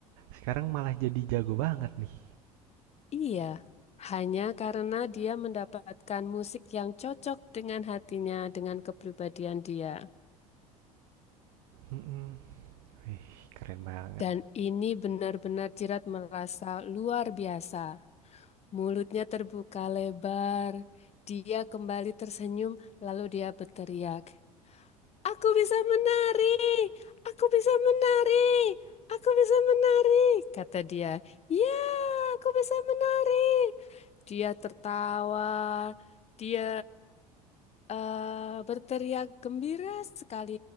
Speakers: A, on the right (about 65°); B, on the left (about 35°).
A: sekarang malah jadi jago banget nih.
B: Iya, hanya karena dia mendapatkan musik yang cocok dengan hatinya, dengan kepribadian dia.
A: Hmm, wih, keren banget.
B: Dan ini benar-benar Jirat merasa luar biasa. Mulutnya terbuka lebar. Dia kembali tersenyum, lalu dia berteriak, Aku bisa menari! Aku bisa menari! Aku bisa menari! Kata dia, Ya, aku bisa menari! Dia tertawa. Dia eh, berteriak gembira sekali